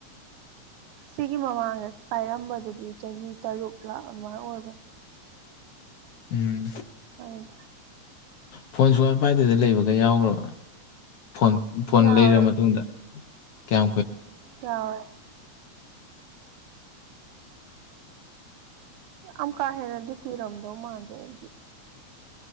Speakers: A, on the right; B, on the left.
A: ꯁꯤꯒꯤ ꯃꯃꯥꯡꯗꯦ ꯄꯥꯏꯔꯝꯕꯗꯨꯗꯤ ꯆꯍꯤ ꯇꯔꯨꯛꯂ ꯑꯗꯨꯃꯥꯏꯅ ꯑꯣꯏꯕꯅꯤ
B: ꯎꯝ
A: ꯑꯣꯏꯗ
B: ꯐꯣꯟ ꯁꯨꯀ ꯄꯥꯏꯗꯗ ꯂꯩꯕꯒ ꯌꯥꯎꯈ꯭ꯔꯣ ꯐꯣꯟ ꯐꯣꯟ
A: ꯌꯥꯎꯋꯦ
B: ꯂꯩꯔꯕ ꯃꯇꯨꯡꯗ ꯀꯌꯥꯝ ꯀꯨꯏꯅ
A: ꯑ ꯌꯥꯝ ꯀꯥ ꯍꯦꯟꯅꯗꯤ ꯀꯨꯏꯔꯝꯗꯧ ꯃꯥꯟꯗꯦ ꯑꯩꯗꯤ